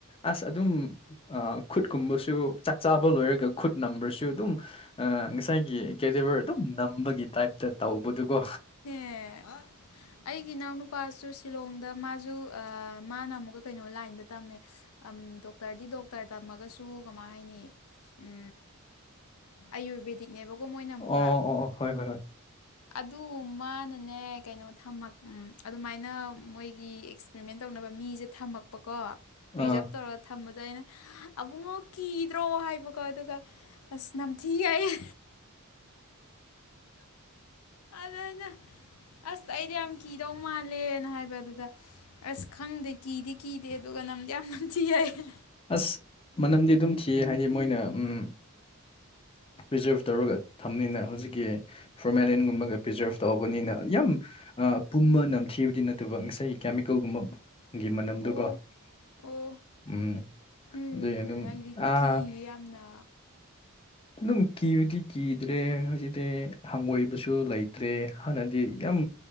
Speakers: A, on the left; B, on the left.
A: ꯑꯁ ꯑꯗꯨꯝ ꯑ ꯈꯨꯠꯀꯨꯝꯕꯁꯨ ꯆꯥꯛꯆꯥꯥꯕ ꯂꯣꯏꯔꯒ ꯈꯨꯠ ꯅꯝꯕ꯭ꯔꯁꯨ ꯑꯗꯨꯝ ꯑ ꯉꯁꯥꯏꯒꯤ ꯀꯦꯗꯤꯕꯔ ꯑꯗꯨꯝ ꯅꯝꯕꯒꯤ ꯇꯥꯏꯞꯇ ꯇꯧꯕꯗꯨꯀꯣ
B: ꯑꯦ ꯑꯩꯒꯤ ꯏꯅꯥꯎꯅꯨꯄꯥꯁꯨ ꯁꯤꯂꯣꯡꯗ ꯃꯥꯖꯨ ꯑ ꯃꯥꯅ ꯑꯃꯨꯛꯀ ꯀꯩꯅꯣ ꯂꯥꯏꯟꯗ ꯇꯝꯃꯦ ꯑꯝ ꯗꯣꯛꯇꯔꯗꯤ ꯗꯣꯛꯇꯔ ꯇꯝꯃꯒꯁꯨ ꯀꯃꯥꯏ ꯍꯥꯏꯅꯤ ꯑꯝ ꯑꯌꯨꯔꯕꯦꯗꯤꯛꯅꯦꯕꯀꯣ ꯃꯣꯏꯅ
A: ꯑꯣ
B: ꯑꯃꯨꯛꯀ
A: ꯑꯣ ꯑꯣ ꯍꯣꯏ ꯍꯣꯏ ꯍꯣꯏ
B: ꯑꯗꯨ ꯃꯥꯅꯅꯦ ꯀꯩꯅꯣ ꯊꯃꯛ ꯑꯝ ꯑꯗꯨꯃꯥꯏꯅ ꯃꯣꯏꯒꯤ ꯑꯦꯛꯁꯄ꯭ꯔꯤꯃꯦꯟ ꯇꯧꯅꯕ ꯃꯤꯖꯦ ꯊꯝꯃꯛꯄꯀꯣ ꯄ꯭ꯔꯤꯖꯥꯕ
A: ꯑꯥ
B: ꯇꯧꯔꯒ ꯊꯝꯕꯗꯣ ꯑꯩꯅ ꯑꯕꯨꯡꯉꯣ ꯀꯤꯗ꯭ꯔꯣ ꯍꯥꯏꯕꯀꯣ ꯑꯗꯨꯒ ꯑꯁ ꯅꯝꯊꯤ ꯍꯥꯏꯌꯦ ꯑꯗ ꯑꯩꯅ ꯑꯁ ꯑꯩꯗꯤ ꯌꯥꯝ ꯀꯤꯗꯧ ꯃꯥꯜꯂꯦꯅ ꯍꯥꯏꯕ ꯑꯗꯨꯗ ꯑꯁ ꯈꯪꯗꯦ ꯀꯤꯗꯤ ꯀꯤꯗꯦ ꯑꯗꯨꯒ ꯅꯝꯗꯤ ꯌꯥꯝ ꯅꯝꯊꯤ ꯍꯥꯏꯌ‌ꯦ
A: ꯑꯁ ꯃꯅꯝꯗꯤ ꯑꯗꯨꯝ ꯊꯤꯌꯦ ꯍꯥꯏꯗꯤ ꯃꯣꯏꯅ ꯎꯝ ꯄ꯭ꯔꯤꯖꯥꯕ ꯇꯧꯔꯒ ꯊꯝꯅꯤꯅ ꯍꯧꯖꯤꯛꯀꯤ ꯐꯣꯔꯃꯦꯂꯤꯟꯒꯨꯝꯕꯒ ꯄ꯭ꯔꯤꯖ꯭ꯔꯕ ꯇꯧꯕꯅꯤꯅ ꯌꯥꯝ ꯄꯨꯝꯃ ꯅꯝꯊꯤꯕꯗꯤ ꯅꯠꯇꯕ ꯉꯁꯥꯏꯒꯤ ꯀꯦꯃꯤꯀꯦꯜꯒꯨꯝꯕ ꯒꯤ ꯃꯅꯝꯗꯨꯒ
B: ꯑꯣ ꯑꯣ
A: ꯎꯝ
B: ꯎꯝ
A: ꯑꯗꯨꯏ ꯑꯗꯨꯝ
B: ꯑꯩꯗꯤ
A: ꯑꯥ
B: ꯀꯤ ꯌꯥꯝꯅ
A: ꯑꯗꯨꯝ ꯀꯤꯕꯗꯤ ꯀꯤꯗ꯭ꯔꯦ ꯍꯧꯖꯤꯛꯇꯤ ꯍꯪꯒꯣꯏꯕꯁꯨ ꯂꯩꯇ꯭ꯔꯦ ꯍꯥꯟꯅꯗꯤ ꯌꯥꯝ